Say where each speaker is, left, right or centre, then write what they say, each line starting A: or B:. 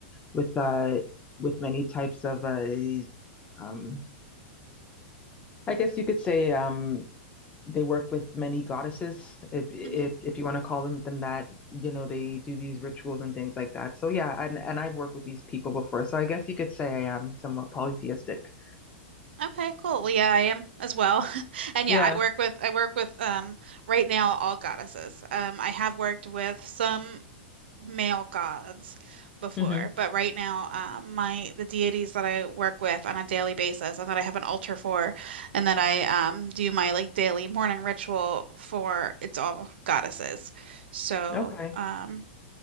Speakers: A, on the left (about 20°); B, on the right (about 70°).
A: with uh with many types of uh um I guess you could say um they work with many goddesses if if
B: hmm
A: if you want to call them them that. You know, they do these rituals and things like that. So yeah, and and I've worked with these people before. So I guess you could say I am somewhat polytheistic.
B: Okay, cool. Well, yeah, I am as well. <laughs> And yeah,
A: Yeah.
B: I work with I work with um right now all goddesses. Um I have worked with some male gods before,
A: hmm
B: but right now um my the deities that I work with on a daily basis and that I have an altar for and that I um do my like daily morning ritual for it's all goddesses. So,
A: Okay.
B: um